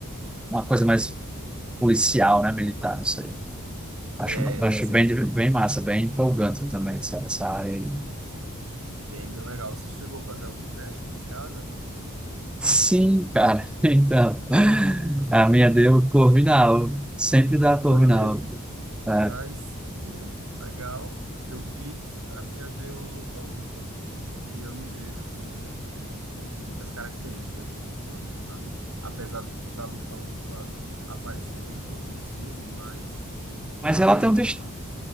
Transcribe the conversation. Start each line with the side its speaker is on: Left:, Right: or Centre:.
Centre: uma coisa mais policial, né? Militar, não sei. Acho,
Right: É,
Centre: acho
Right: sim.
Centre: bem, bem massa, bem empolgante também essa, essa área aí.
Right: Bem, bem legal. Você chegou a fazer algum teste de casa?
Centre: Sim, cara. <laughs> Então, a minha deu Corvinal. Sempre dá Corvinal.
Right: Foi mesmo.
Centre: É.
Right: Aí sim, hein? Legal. Eu fiz, a minha deu lufa-lufa. E eu me vejo, assim, muito como muitas características de Lufano, sabe? Apesar da lufa-lufa aparecer bem pouco nos filmes, mas
Centre: Mas
Right: no
Centre: ela
Right: jogo
Centre: tem um, dest-
Right: eu vi